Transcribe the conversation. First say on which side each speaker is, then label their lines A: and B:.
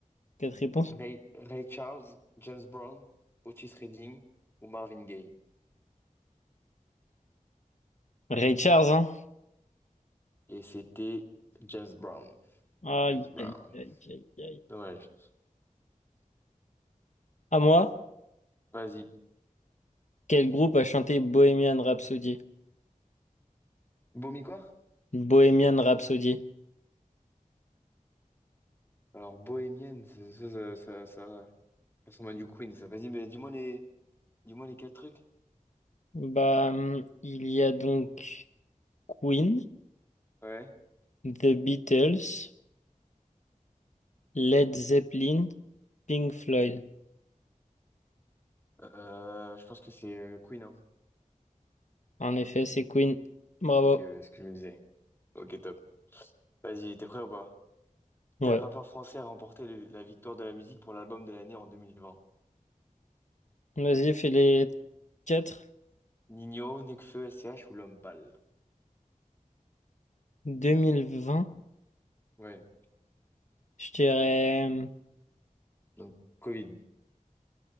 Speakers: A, on the left; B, on the left.
A: quatre réponses.
B: Ray, Ray Charles, James Brown, Otis Redding ou Marvin Gaye?
A: Ray Charles, hein?
B: Et c'était James Brown.
A: Aïe,
B: James Brown.
A: aïe, aïe, aïe, aïe.
B: Dommage.
A: À moi,
B: Vas-y.
A: quel groupe a chanté Bohemian Rhapsody?
B: Bohmi quoi?
A: Bohemian Rhapsody.
B: Alors, Bohémienne, ça, ça, ça, ça- ça- Son Man U Queen, ça. Vas-y, mais dis-moi les... dis-moi les quatre trucs.
A: Bah, hum, il y a donc Queen,
B: Ouais.
A: The Beatles, Led Zeppelin, Pink Floyd.
B: Euh, je pense que c'est euh, Queen, hein.
A: En effet, c'est Queen. Bravo.
B: Ok, ouais, ce que je me disais. Ok, top. Vas-y, t'es prêt ou pas?
A: Ouais.
B: Quel rappeur français a remporté le- la victoire de la musique pour l'album de l'année en 2020?
A: Vas-y, fais les quatre.
B: Nino, Nekfeu, SCH ou L'Homme Pâle?
A: 2020.
B: Ouais,
A: Je dirais,
B: donc Covid.